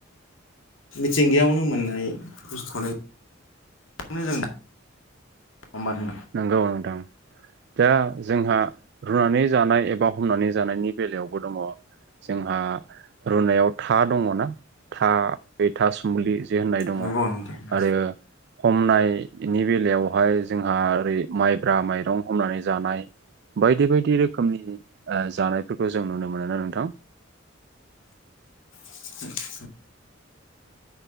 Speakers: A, on the left; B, on the right.
A: मिथिंगायावनो मोननाय बुस्थुखौनो <unintelligible>
B: नंगौ नोंथां जा जोंहा रुनानै जानाय एबा हमनानै जानायनि बेलायावबो दङ जोंहा रुनायाव था दङना? था था सुमलि जे होननाय दङ
A: नंगौ नोंथां
B: आरो हमनायनि बेलायावहाय जों ओरै माइब्रा माइरं हमनानै जानाय बायदि बायदि रोखोमनि जानायफोरखौ जों नुनो मोनो नोंथां?
A: <unintelligible>